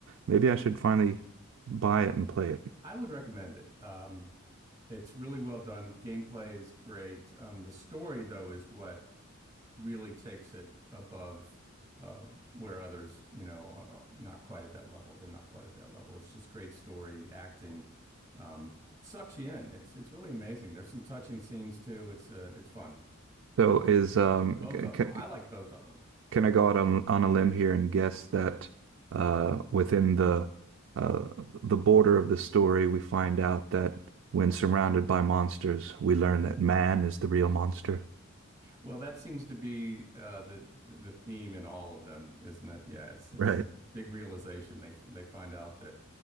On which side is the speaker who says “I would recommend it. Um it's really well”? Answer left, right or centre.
Right